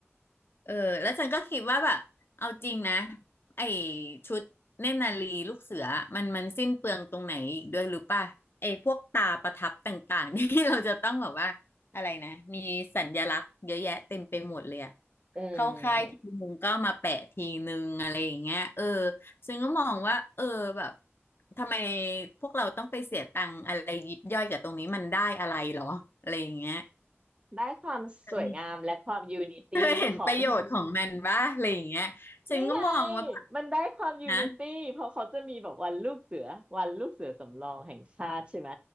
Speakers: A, on the left (about 55°); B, on the right (about 25°).
A: เออแล้วฉันก็คิดว่าแบบเอาจริงนะไอชุดเนตรนารีลูกเสือมันมันสิ้นเปลืองตรงไหนอีกด้วยหรือป่ะไอพวกตาประทับต่างๆ <laughs> ที่เราจะต้องแบบว่าอะไรนะมีสัญลักษณ์เยอะแยะเต็มไปหมดเลยอะ
B: อืม
A: เข้าค่ายทีนึงก็มาแปะทีนึงอะไรอย่างเงี้ยเออซึ่งก็มองว่าเออแบบทำไมพวกเราต้องไปเสียตังค์อะไรยิบย่อยกับตรงนี้มันได้อะไรหรออะไรอย่างเงี้ย
B: ได้ความสวยงามและความยูนิตี้ของ
A: เคยมี เธอเห็นประโยชน์ของมันบ้าอะไรอย่างเงี้ยฉันก็มองว่าแบบ
B: นี่ไงมันได้ความยูนิตี้เพราะเขาจะมีแบบวันลูกเสือวันลูกเสือสำรองแห่งชาติใช่ไหม
A: นะ